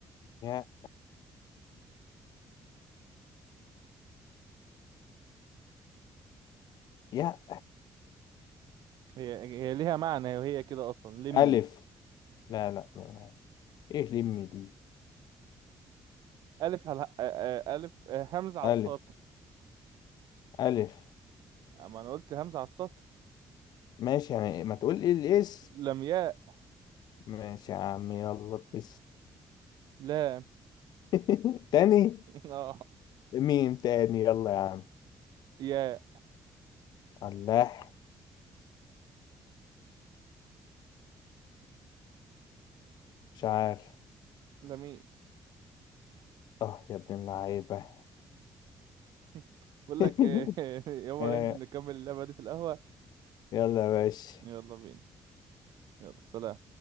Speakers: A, on the left; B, on the right.
A: يا يا
B: هي هي ليها معنى وهي كده اصلا لمي
A: ألف لا لا ما- إيه لمي دي
B: الف هل... آ- آ- الف آ، همزة على
A: ألف
B: السطر
A: ألف
B: اما انا قلت همزة على السطر
A: ماشي يعني ما تقول إيه الإس
B: لمياء
A: ماشي يا عم يلا بس
B: لام
A: <laughs> تاني
B: <laughs> اه
A: ميم تاني يلا يا عم
B: يا
A: الله مش عارف
B: لميس
A: اه يا ابن اللعيبة
B: <laughs> بقول
A: <laughs>
B: لك ايه <laughs> يلا
A: آه،
B: ننزل نكمل اللعبة دي في القهوة
A: يلا يا باشا
B: يلا بينا يلا سلام